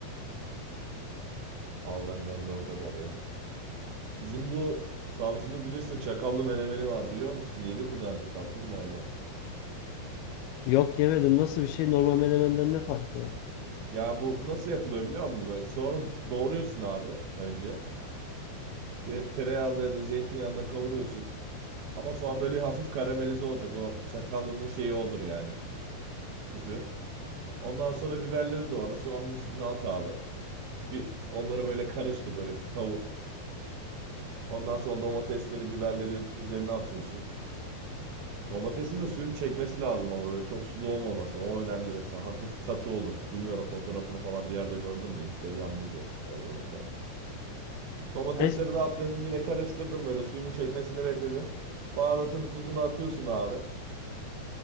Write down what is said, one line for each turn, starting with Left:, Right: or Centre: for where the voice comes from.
Right: Al benden de o kadar ya. Bizim bu Samsun'u bilirsin çakallı menemeni var biliyor musun? Yedin mi daha önce tatlın mı oradan?
Left: Yok yemedim. Nasıl bir şey? Normal menemenden ne farkı var?
Right: Ya bu nasıl yapılıyor biliyor musun? Böyle soğanı doğruyorsun abi önce. Te- tereyağında ya da zeytinyağında kavuruyorsun. Ama soğan böyle hafif karamelize olacak. O çakallının şeyi odur yani. küfü. Ondan sonra biberleri doğra. Soğanın üstüne at abi. Bir onları böyle karıştır böyle kavur. Ondan sonra domatesleri, biberleri üzerine atıyorsun. Domatesin de suyunu çekmesi lazım ama böyle çok sulu olmaması. O önemli mesela. Hafif katı olur. Bilmiyorum fotoğrafını falan bir yerde gördün mü? Instagram'dadır orada burada. Domatesleri
Left: Ben...
Right: de attın yine karıştırdın böyle suyunun çekmesini bekledin. Baharatını tuzunu atıyorsun abi.